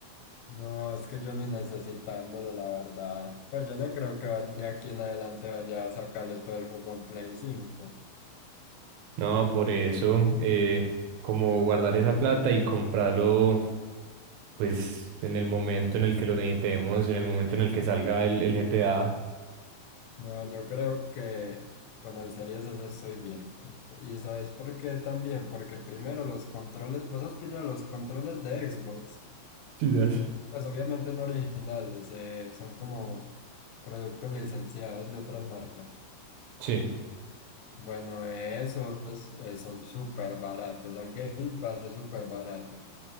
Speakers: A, on the left; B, on the right.
A: No, es que yo ni necesitándolo, la verdad. Pues yo no creo que va- de aquí en adelante vaya a sacarle todo el jugo en Play cinco
B: No, por eso, eh, como guardar esa plata y comprarlo, pues en el momento en el que lo necesitemos, en el momento en el que salga el, el GTA.
A: No, yo creo que con el Series S estoy bien. ¿Y sabes por qué también? Porque primero los controles, vos has pillado los controles de Xbox.
B: Sí, das.
A: Pues obviamente no originales, eh, son como productos licenciados de otras marcas.
B: Sí,
A: Bueno, esos eh, son súper baratos. El Game Pass es súper barato.